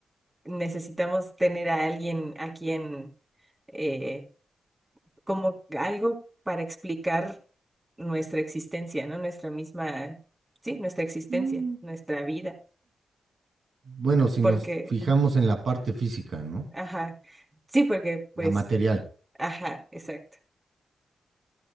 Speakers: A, on the right (about 20°); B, on the right (about 65°).
A: necesitamos tener a alguien a quien... eh, como algo para explicar nuestra existencia, ¿no? Nuestra misma, sí, nuestra existencia,
B: Mm.
A: nuestra vida,
B: Bueno, si
A: porque,
B: nos fijamos en la parte física, ¿no?
A: ajá, sí, porque pues,
B: La material.
A: ajá, exacto.